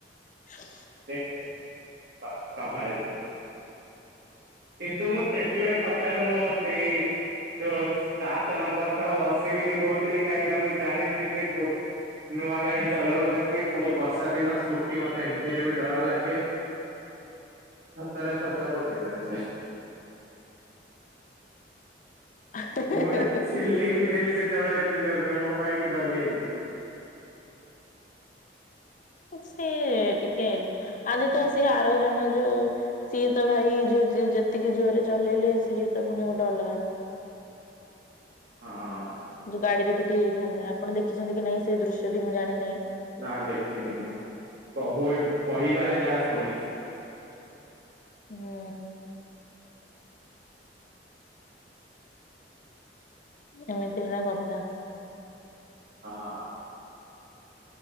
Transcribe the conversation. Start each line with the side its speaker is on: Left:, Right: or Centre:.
Left: ହ।
Right: ସେ ପା ପାବାରେ ଗ କିନ୍ତୁ ମୁଁ ସେଥିପାଇଁ ସଖାଳେ ମୁଁ ସେଇ ଯୋଉ ସାତେ ନମ୍ବର୍ ସହ ବସିବିନି କୋହୁଥିଲି କାହିଁ ନାଁ ମୁଁ ଜାଣିଯିବି କୋ ନୂଆ ଗାଡ଼ି ଚଲଉଚନ୍ତି ପୁଣି ବର୍ଷା ଦିନ ସ୍କୁଟି ମତେ ଏମତିରେ ବି ଡର ଲାଗେ। ସତରେ ସତ କହୁଚି ତାହେଲେ ସେ।
Left: ଆଜ୍ଞା।
Right: ମୁଁ ତ ଚିଲେଇ ବି ଦେଲି ସେତବେଳେ। ଏତେ ଜୋରରେ ମୁଁ କାଇଁକି ଗଲି ଆଜି?
Left: ସିଏ ଟିକେ ଆଜି ତ ସିଏ ଆର ଜଣ ଯୋଉ ସିଏ ତ ଭାଇ ଯୋଉ। ଯିଏ ଯେତିକି ଜୋରେ ଚଲେଇଲେ ସିଏ ତ ପୁଣି ଗୋଟେ ଅଲଗା।
Right: ହଁ।
Left: ଯୋଉ ଗାଡିରେ ପିଟି ହେଇଥାନ୍ତେ। ଆପଣ ଦେଖିଛନ୍ତି କି ନାଇଁ ସେ ଦୃଶ୍ୟଟି ମୁଁ ଜାଣିିନାହିଁ।
Right: ନା କହୁ କହିବାରେ ଯାହା ଶୁଣିଚି।
Left: ହୁଁ। ଏମିତି ହେଲା କଥା।
Right: ଅ ହ।